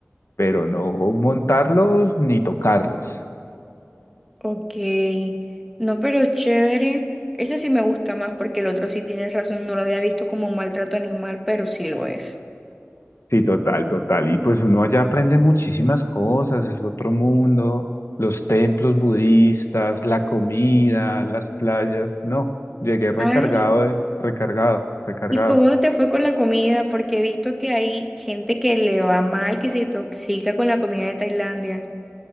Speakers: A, on the left; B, in the centre.
A: pero no montarlos ni tocarlos.
B: Ok, no, pero chévere. Ese sí me gusta más porque el otro sí tienes razón, no lo había visto como maltrato animal, pero sí lo es.
A: Sí, total, total. Y pues uno allá aprende muchísimas cosas, es otro mundo, los templos budistas, la comida, las playas. No, llegué recargado
B: Ay,
A: de, recargado, recargado.
B: ¿y cómo te fue con la comida? Porque he visto que hay gente que le va mal, que se intoxica con la comida de Tailandia.